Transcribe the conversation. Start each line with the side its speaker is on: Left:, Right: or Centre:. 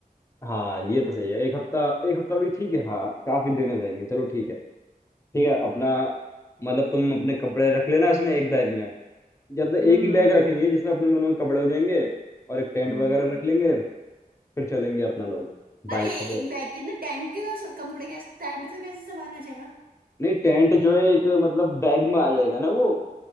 Left: हाँ ये तो सही है एक हफ्ता एक हफ्ता भी ठीक है हाँ काफी दिन हो जाएंगे चलो ठीक है ठीक है
Right: हाँ
Left: अपना मतलब तुम अपने कपड़े रख लेना इसमें एक बैग में जब तक
Right: हम्म
Left: एक ही बैग
Right: हम्म
Left: रखेंगे जिसमें अपने दोनों के कपड़े हो जाएंगे और एक टेंट
Right: हम्म
Left: वगैरह रख लेंगे फिर चलेंगे अपना लोग बाइक
Right: अरे
Left: से तो
Right: एक बैग के अंदर टेंट के कैसे- कपड़े कैसे टेंट का कैसे सामान आ जाएगा
Left: नहीं टेंट जो है एक मतलब बैग में आ जाएगा ना वो